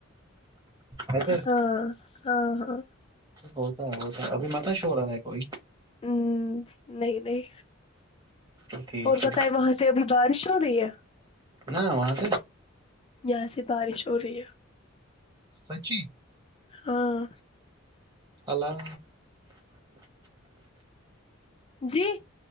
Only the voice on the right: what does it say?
ایسے
ہوتا ہے ہوتا ہے ابھی مت ش ہو رہا ہے کوئی
ٹھیک
ہے
نا وہاں سے
سچی
اللہ